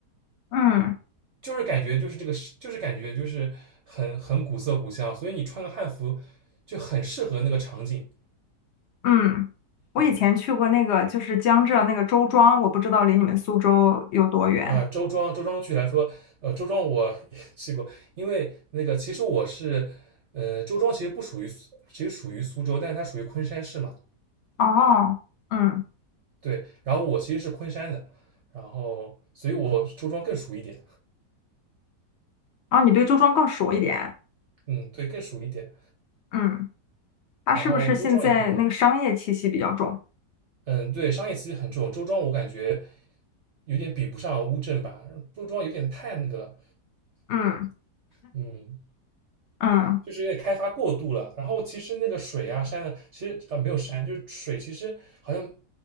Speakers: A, on the left; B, on the right.
A: 嗯
B: 就是感觉就是这个是，就是感觉就是很很古色古香，所以你穿个汉服就很适合那个场景。
A: 嗯，我以前去过那个就是江浙那个周庄，
B: 嗯，
A: 我不知道离你们苏州有多远。
B: 啊，周庄，周庄具体来说，呃，周庄我也去过，因为那个其实我是，呃，周庄其实不属于苏其实属于苏州，但是它属于昆山市嘛，
A: 哦，嗯，
B: 对，然后我其实是昆山的，然后所以我周庄更熟一点，
A: 哦，你对周庄更熟一点。
B: 嗯，对，更熟一点，
A: 嗯，它是不是现在那个商业气息比较重？
B: 然后周庄也很好，嗯，对，商业气息很重，周庄我感觉有点比不上乌镇吧，周庄有点太那个了，
A: 嗯
B: 嗯，
A: 嗯，
B: 就是有点开发过度了，然后其实那个水啊山啊，其实啊、呃没有山，就是水，其实好像